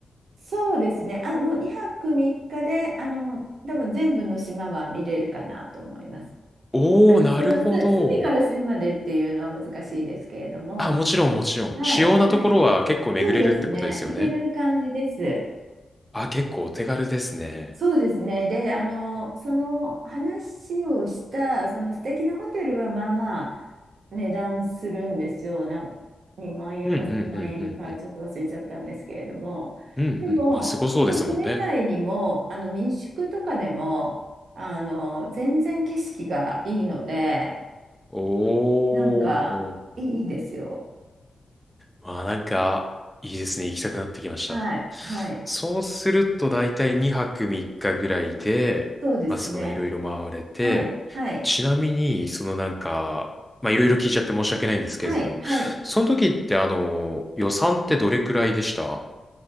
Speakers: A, on the right (about 75°); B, in the centre.
A: そうですね。あ、もう2泊3日で、あの、多分全部の島は見れるかなと思います。
B: おー、
A: あの、
B: なるほど。
A: そのす、隅から隅までっていうのは難しいですけれども、
B: あ、もちろんもちろん。
A: はい、
B: 主要なところは結構巡れるってことですよね。
A: はい。そうですね。いける感じです。
B: あ、結構お手軽ですね。
A: そうですね。で、あの、その話をした、その素敵なホテルはまあまあ値段するんですよ。なん2万円か3万円かちょっと忘れちゃったんですけれども。
B: うん、うん、うん、うん、うん。うん、
A: でも、
B: うん。まあ、すごそうですもんね。
A: まあ、それ以外にも、あの民宿とかでも、あの、全然景色がいいので、
B: おー。
A: なんかいいですよ。
B: まあなんか、いいですね。行きたくなってきました。
A: はい、はい。
B: そうするとだいたい2泊3日ぐらいで、
A: そうですね。
B: まあそのいろいろ回れて、
A: はい、はい、
B: ちなみに、そのなんか、まあいろいろ聞いちゃって申し訳ないんですけれども、
A: はい、はい。
B: その時ってあの、予算ってどれくらいでした